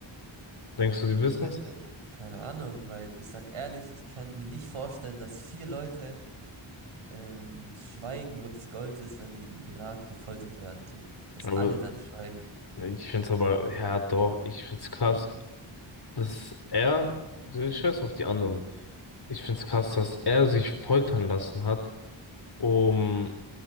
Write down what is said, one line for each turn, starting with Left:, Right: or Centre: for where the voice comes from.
Left: Denkst du, die wissen
Right: Ich kann,
Left: es?
Right: äh, keine Ahnung, weil ich sag ehrlich, ich kann mir nicht vorstellen, dass vier Leute ähm, schweigen, wo das Gold ist, wenn die im Irak gefoltert werden, so. Dass
Left: Aber
Right: alle dann schweigen.
Left: ich find's aber, ja, doch, ich find's krass, dass er, der Scheiß auf die anderen. Ich find's krass, dass er sich foltern lassen hat, um,